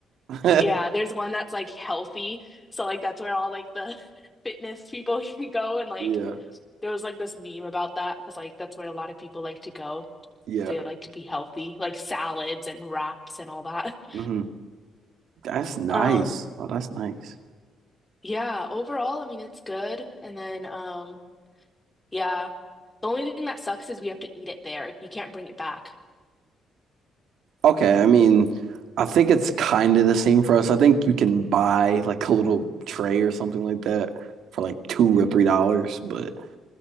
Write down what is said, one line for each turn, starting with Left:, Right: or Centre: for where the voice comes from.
Right: <laughs>
Left: yeah, there's one that's like healthy. So like that's where all like the <laughs> fitness people <laughs> can go and like
Right: Yeah.
Left: there was like this meme about that because like that's where a lot of people like to go
Right: Yeah.
Left: because they like to be healthy, like salads and wraps and all that. <laughs>
Right: hmm That's nice.
Left: Um
Right: Oh, that's nice.
Left: yeah, overall, I mean it's good. And then um yeah. The only thing that sucks is we have to eat it there. You can't bring it back.
Right: Okay, I mean, I think it's kind of the same for us. I think you can buy like a little tray or something like that for like two or three dollars. But